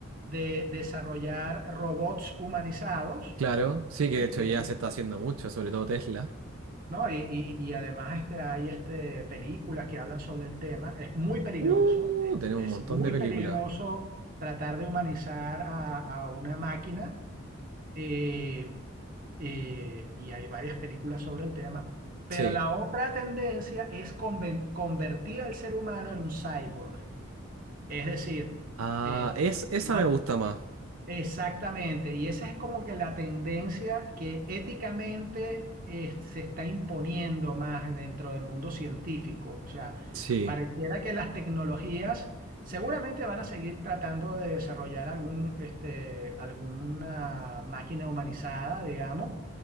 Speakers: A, on the right; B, on the right.
A: de desarrollar robots humanizados,
B: Claro, sí que
A: ¿ok?
B: de hecho
A: que
B: ya
A: es un-
B: se está haciendo mucho, sobre todo Tesla.
A: ¿no? Y, y- y además este, hay este, películas que hablan sobre el tema. Es muy peligroso,
B: Uh,
A: es,
B: tenemos
A: es
B: un montón
A: muy
B: de películas.
A: peligroso tratar de humanizar a a una máquina eh, eh, y hay varias películas sobre el tema, pero
B: Sí.
A: la otra tendencia es conven- convertir al ser humano en un cyborg, es decir,
B: Ah,
A: eh,
B: es, esa
A: ma-
B: me gusta más.
A: Exactamente, y esa es como que la tendencia que éticamente eh, se está imponiendo más dentro del mundo científico. O sea,
B: Sí,
A: pareciera que las tecnologías seguramente van a seguir tratando de desarrollar algún, este, alguna máquina humanizada, digamos,